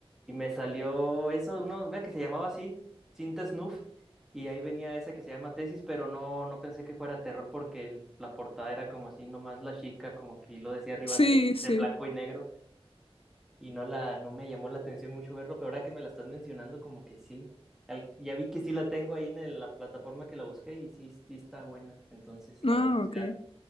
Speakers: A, in the centre; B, on the left.
A: y me salió eso, uno, una que se llamaba así, cinta Snuff, y ahí venía esa que se llama Tesis, pero no, no pensé que fuera terror porque el- la portada era como así, nomás la chica, como que lo decía arriba
B: sí,
A: Tesis
B: sí,
A: en blanco y negro y no la, no me llamó la atención mucho verlo, pero ahora que me la estás mencionando, como que sí. Al- ya vi que sí la tengo ahí en el- la plataforma que la busqué y sí, sí está buena, entonces la
B: ah,
A: voy a buscar.
B: ok,